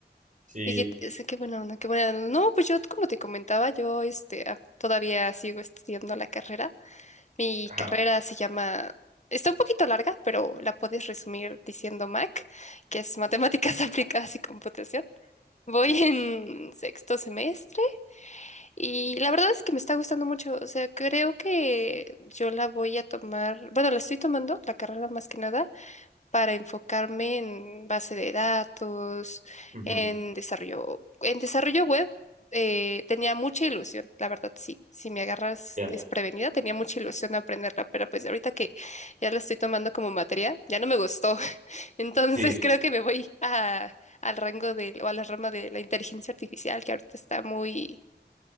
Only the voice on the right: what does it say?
Sí,
ajá,
ujú,
ya,
Sí,